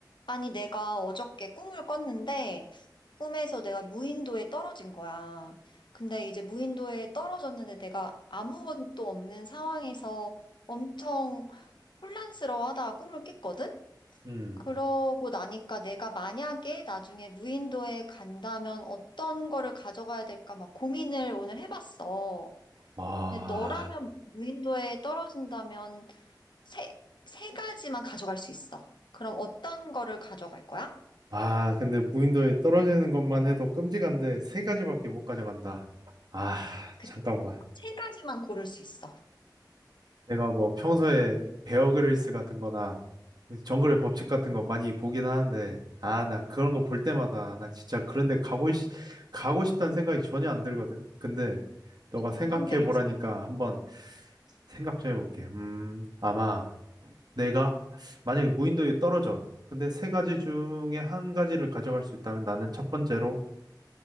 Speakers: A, on the left; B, on the right.
A: 아니, 내가 어저께 꿈을 꿨는데, 꿈에서 내가 무인도에 떨어진 거야. 근데 이제 무인도에 떨어졌는데 내가 아무것도 없는 상황에서 엄청 혼란스러워하다가 꿈을 깼거든?
B: 음.
A: 그러고 나니까 내가 만약에 나중에 무인도에 간다면 어떤 거를 가져가야 될까 막 고민을 오늘 해봤어.
B: 아,
A: 근데 너라면 무인도에 떨어진다면 세, 세 가지만 가져갈 수 있어. 그럼 어떤 거를 가져갈 거야?
B: 아, 근데 무인도에 떨어지는 것만 해도 끔찍한데 세 가지밖에 못 가져간다. 아,
A: 그
B: 잠깐만.
A: 세 가지만 고를 수 있어.
B: 내가 뭐 평소에 베어그릴스 같은 거나 정글의 법칙 같은 거 많이 보긴 하는데, 아, 나 그런 거 볼 때마다 나 진짜 그런데 가고, 싶- 가고 싶다는 생각이 전혀 안 들거든. 근데 너가 생각해
A: 네, 힘들지.
B: 보라니까 한번 생각 좀 해볼게. 음, 아마 내가 만약에 무인도에 떨어져. 근데 세 가지 중에 한 가지를 가져갈 수 있다면 나는 첫 번째로